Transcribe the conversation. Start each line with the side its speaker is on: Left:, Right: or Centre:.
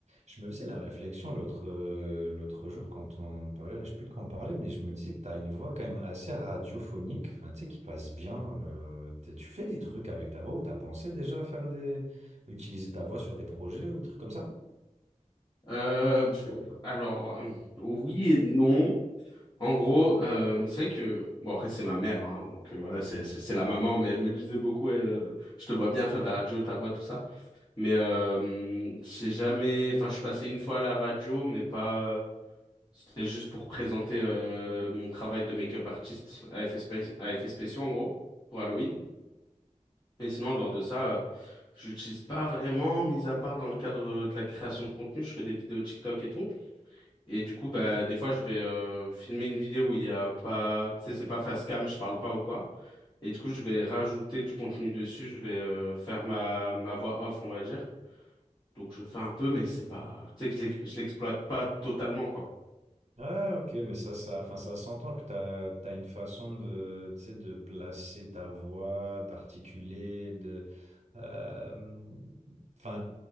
Right: Je me faisais la réflexion l'autre euh, l'autre jour quand on parlait, là, je sais plus de quoi on parlait, mais je me disais que tu as une voix quand même assez radiophonique, enfin, tu sais, qui passe bien. euh, t'es- tu fais des trucs avec ta voix ou tu as pensé déjà à faire des... utiliser ta voix sur des projets ou des trucs comme ça?
Left: Euh, pff, alors, euh, oui et non. En gros, euh, c'est vrai que, bon après c'est ma mère, hein, donc euh, voilà, c'est c'est c'est la maman, mais elle me disait beaucoup, ouais, euh, je te vois bien faire de la radio, ta voix, tout ça. Mais euh, j'ai jamais, enfin je suis passé une fois à la radio, mais pas, c'était juste pour présenter euh, mon travail de make-up artiste à effets spé- à effets spéciaux en gros, pour Halloween. Mais sinon, en dehors de ça, euh, je l'utilise pas vraiment, mis à part dans le cadre de la création de contenu, je fais des vidéos TikTok et tout. Et du coup, bah, des fois, je vais euh, filmer une vidéo où il y a pas, tu sais, c'est pas face cam, je parle pas ou quoi. Et du coup, je vais rajouter du contenu dessus, je vais euh, faire ma, ma voix off, on va dire. Donc, je fais un peu, mais c'est pas, tu sais, que je l'ex- je l'exploite pas totalement, quoi.
Right: Ah, ok, mais ça, ça, enfin, ça s'entend que t'as, t'as une façon de, tu sais, de placer ta voix, d'articuler, de, euh, enfin,